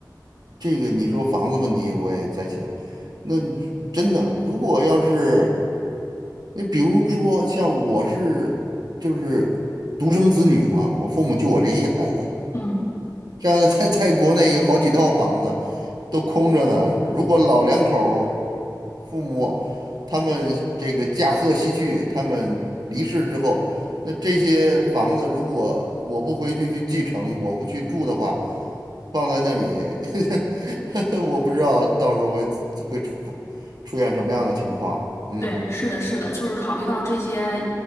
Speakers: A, on the right (about 65°); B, on the left (about 40°).
A: 这个你说房子问题，我也在想，那真的，如果要是。你比如说，像我是就是独生子女啊，我父母就我这一孩子，
B: 嗯。
A: 像在在国内有好几套房子都空着呢。如果老两口儿父母他们这个驾鹤西去，他们离世之后，那这些房子如果我不回去去继承，我不去住的话，放在那里，<laughs> 我不知道到时候会会出出现什么样的情况。嗯
B: 对，是的，是的，就是考虑到这些，